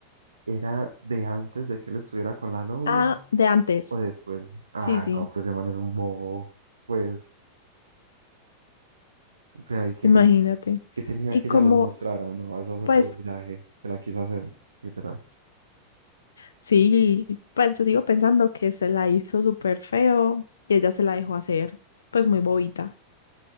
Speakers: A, on the right; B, on the left.
A: era de antes de que él estuviera con la novia.
B: Ah, de antes.
A: O después,
B: Sí,
A: ah,
B: sí,
A: no, pues ese man es un bobo, pues, o sea, ¿y qué,
B: imagínate.
A: ten- qué tenía
B: Y
A: que
B: como,
A: ella los mostrara? No, eso fue
B: pues
A: por un viaje, se la quiso hacer, literal.
B: Sí, pues yo sigo pensando que se la hizo súper feo y ella se la dejó hacer, pues muy bobita.